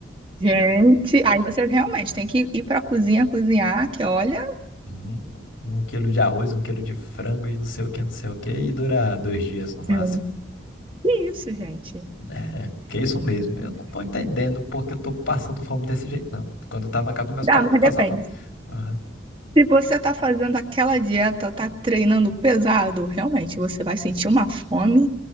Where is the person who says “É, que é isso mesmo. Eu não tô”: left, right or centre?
Left